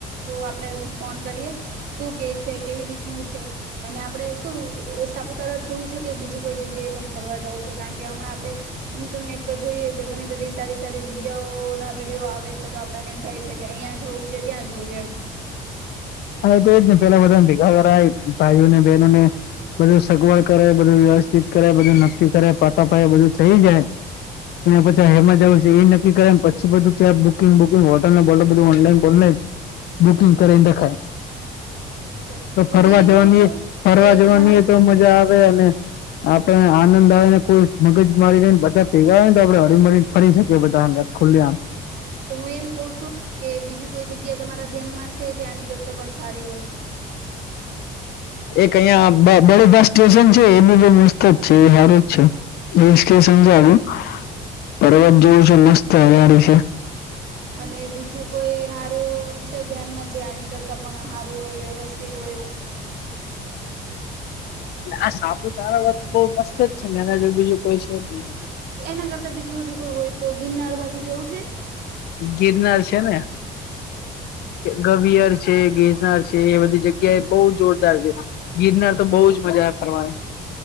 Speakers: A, on the right (about 75°); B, on the left (about 70°).
A: આપડે ફોન કરીએ શું કે છે કેવી રીતે નું છે અને આપડે શું સાપુતારા જવું છે કે બીજી કોઈ જગ્યા એ પણ ફરવા જવું છે કારણ કે હમણા આપણે ઇન્ટરનેટ પર જોઈએ છે ઘણી બધી સારી સારી જગ્યાઓ ના વિડીયો આવે છે તો આપને એમ થાય છે કે અહીિયાં જવું કે ત્યાં જવું એમ
B: હ તો એ જ નહીં પેલા બધાને ભેગા થરા ભાઈઓ ને બહેનો ને બધું સગવડ કરે બધું વ્યવસ્થિત કરે બધું નક્કી કરે પાકા પાાય બધું થઈ જાય એ પછી હેમાં જ આવ છે એ નક્કી કરે પછી બધું કે બુકિંગ બુકિંગ હોટલને બટલ બધું ઓનલાઈન ઓઈન બુકિંગ કરેને દખાય
A: અચ્છા
B: તો ફરવા
A: હું એમ
B: જવાની
A: કહું છું
B: ફરવા
A: કે
B: જવાનીય
A: તમારા
B: તો મજા આવે અને આપણે આનંદ આવે ને કોઈ મગજ મારીને બધા ભેગા હો ને તો આપડે હળમળીને ફરી શકીએ બધા હા કલ્યાણ
A: તો હું એમ કઉ છું કે બીજી કોઈ જગ્યા તમારા ધ્યાનમાં જ છે છે આની કરતા પણ સારી હોય
B: એક અહિયાં બળ બસ સ્ટેશન છે એ બી જ છે એ હાર જ છે એ વિ સમજાવું પર્વત જોવું છે મસ્ત હડી છે
A: અને બીજું કોઈ સારું છે ધ્યાનમાં જે આની કરતા પણ સારું હોય વ્યવસ્થિત હોય એવ
B: આ સાપુ તારા વાત બહ મસ્ત જ છે મેના જો બીજું કોઈ છે જ નહી
A: એના કરતા બીજું બાજુ કોઈ હોય તો ગિરનાર બાજુ સવું છે
B: ગિરનાર છે ને ગબિયર છે ગિરનાર છે એ બધી જગ્યા એ બહુ જ જોરદાર છે ગિરનાર તો બહુજ મજા આવે ફરવાની